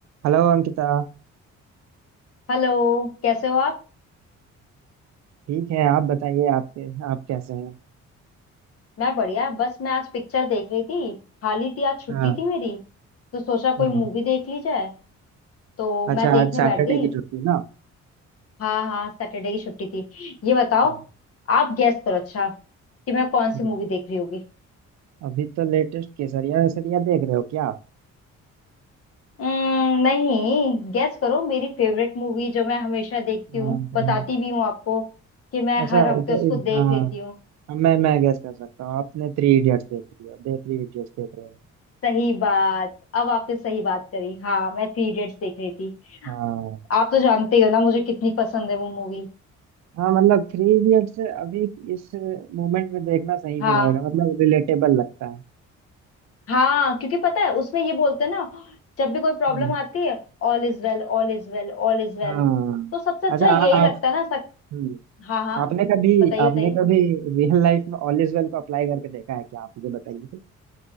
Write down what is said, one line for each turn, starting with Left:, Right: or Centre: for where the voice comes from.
Right: Hello Ankita
Left: Hello कैसे हो आप
Right: ठीक है आप बताइए आपके आप कैसे हैं
Left: मैं बढ़िया बस मैं आज पिक्चर देख रही थी खाली थी आज छुट्टी
Right: हाँ
Left: थी मेरी तो सोचा
Right: हाँ
Left: कोई मूवी देख ली जाए तो
Right: अच्छा
Left: मैं देखने
Right: आज सैटरडे
Left: बैठ गई
Right: की छुट्टी ना
Left: हाँ हाँ सैटरडे की छुट्टी थी ये बताओ
Right: हाँ
Left: आप गैस करो अच्छा कि मैं कौन सी
Right: हम्म।
Left: मूवी देख रही होगी
Right: अभी तो लेटेस्ट केसरिया वेसरिया देख रहे हो क्या
Left: उम्म, नहीं गैस करो मेरी फेवरेट मूवी जो मैं हमेशा देखती
Right: हाँ,
Left: हूँ
Right: हम्म।
Left: बताती भी हूँ आपको कि मैं
Right: अच्छा
Left: हर हफ्ते
Right: तो
Left: उसको
Right: इ- हाँ
Left: देख लेती हूँ
Right: अब मैं मैं गेस कर सकता हूँ आपने थ्री इडियट्स देख रही हो दे थ्री इडियट्स देख रहे हो
Left: सही बात अब आपने सही बात करी हाँ मैं थ्री इडियट्स देख रही
Right: हाँ
Left: आप तो जानते ही हो ना मुझे कितनी पसंद है वो मूवी
Right: हाँ मतलब थ्री इडियट्स अभी इस मोमेंट में देखना सही
Left: हाँ
Right: भी रहेगा मतलब रिलेटेबल लगता है
Left: हाँ क्योंकि पता है उसमें ये बोलते हैं ना जब भी कोई प्रॉब्लम
Right: हम्म।
Left: आती है all is well all is well all is well
Right: हाँ
Left: तो सबसे अच्छा
Right: अच्छा आ,
Left: यही लगता
Right: आप
Left: है ना सक...
Right: हम्म।
Left: हाँ हाँ
Right: आपने कभी
Left: बताइए
Right: आपने
Left: बताइए
Right: कभी रियल लाइफ में ऑल इज वेल को अप्लाई करके देखा है क्या आप ये बताइए